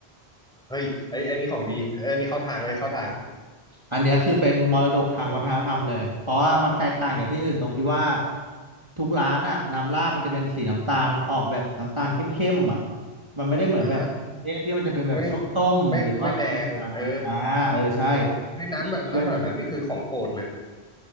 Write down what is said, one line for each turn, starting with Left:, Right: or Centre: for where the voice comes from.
Centre: เฮ้ยไอ้ยอันนี้ของดีเอ้ยอันนี้เข้าทางเลยเข้าทาง
Right: อันเนี้ยคือเป็นมรดกทางวัฒนธรรมเลยเพราะว่ามันแตกต่างจากที่อื่นตรงที่ว่าทุกร้านอะน้ำราดมันจะเป็นสีน้ำตาลออกแบบน้ำตาลเข้มๆอะมันไม่ได้เหมือนแบบเทศที่มันจะเป็นแบบส้มๆหรือว่าจะเป็นจางอ่าเออใช่
Centre: อ่าเฮ้ยไม่ไม่ไม่แดงเออเฮ้ยน้ำแบบน้ำแบบนั้นนี่คือของโปรดเลย
Right: เป็นแบบ